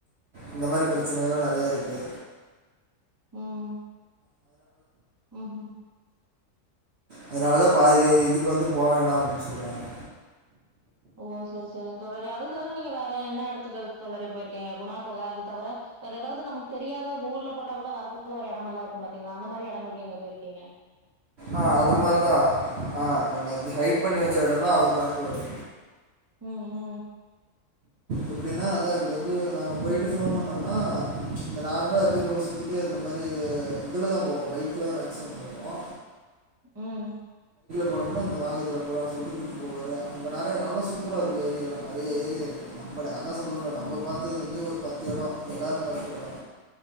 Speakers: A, on the right; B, on the right.
A: இந்த மாரி பிரச்சனை எல்லா நெறைய இருக்கு
B: உம் உஹும்
A: அதனாலதா பாதி இதுக்கு வந்து போவேணா அப்டின்னு சொல்றாங்க
B: ஓ சரி சரிங்க தோழரே அது தவிர நீங்க வேற என்ன எடத்துக்கு தோழரே போயிருக்கீங்க குணா கொக அது தவர ரெண்டாவது நமக்கு தெரியாத கூகுள்ல போட்டா கூட வர <inaudible> ஒரு இடமல்லா இருக்கு பாத்தீங்களா அந்த மாரி எடங்களுக்கு எங்க போய்ருக்கிங்க
A: ஆஹ் அத மாரிதா ஆஹ் என்ன ஹைட் பண்ணி வச்ச எடல்லா அவரு காட்டுவாரு
B: உம் உம்
A: எப்டின்னா அதா இப்டி வந்து நாங்க போயிட்டு ஃபோன் பண்ணோம்னா இந்த நார்மலா எப்பயுபோல சுத்திட்டு இந்த மாரி இதுலதா போவோ பைக்ல தா மேக்சிமம் போவோ
B: உம்
A: போனம்னா இந்த வாகனத்துல போலானு சொல்ட்டு கூட்டு போவாரு அங்க நெறைய நல்லா சூப்பரா இருக்கு ஏரியால நெறைய ஏரியா இருக்கு அதா சொல்ரல நம்ம
B: ம்
A: பாத்தது வந்து ஒரு பத் எடோ எல்லாரு பாக்குறடோ